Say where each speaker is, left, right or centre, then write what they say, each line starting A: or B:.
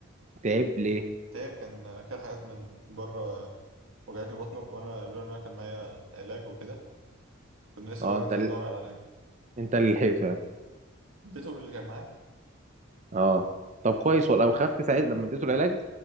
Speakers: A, on the right; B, on the right.
A: تعب ليه
B: تعب كان كان حاجات من بره وجعت له بطنه وانا لولا ان انا كان معايا علاج وكده كنا لسه
A: اه
B: بقى ننزل
A: انت ال...
B: ندور على علاج
A: انت اللي لحقته يعني
B: اديته اللي كان معاه
A: اه طب كويس
B: بس
A: والله وخفت ساعتها لما اديته العلاج